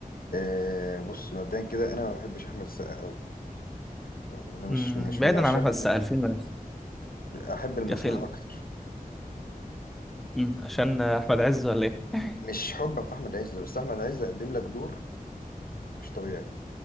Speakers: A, on the left; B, in the centre.
A: إيه بص مبدئيا كده أنا ما بحبش أحمد السقا أوي يعني أنا مش
B: امم
A: مش
B: بعيدا
A: من عشاق
B: عن احمد السقا
A: أحمد
B: الفيلم نفسه
A: احب المصلحه
B: كفيلم
A: اكتر
B: امم عشان احمد عز ولا ايه؟
A: مش حبا في احمد عز بس احمد عز قدم لك دور مش طبيعي